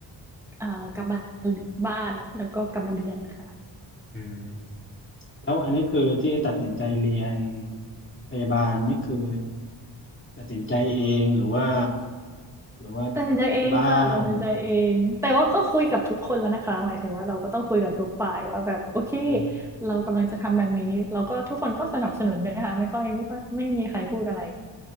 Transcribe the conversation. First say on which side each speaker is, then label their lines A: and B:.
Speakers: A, in the centre; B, on the left.
A: เอ่อกลับมาบ้านแล้วก็กลับมาเรียนค่ะ
B: อืม แล้วอันนี้คือที่ตัดสินใจเรียนพยาบาลนี่คือตัดสินใจเองหรือว่าหรือว่า
A: ตัดสินใจเองค่ะตัดสินใจเองแต่ว่าก็คุยกับทุกคนแล้วนะคะหมายถึงว่าเราก็ต้องคุยกับทุกฝ่ายว่าแบบโอเค
B: ที่บ้านอืม
A: เรากำลังจะทำแบบนี้เราก็ทุกคนก็สนับสนุนนะคะไม่ค่อยไม่ค่อยไม่มีใครพูดอะไร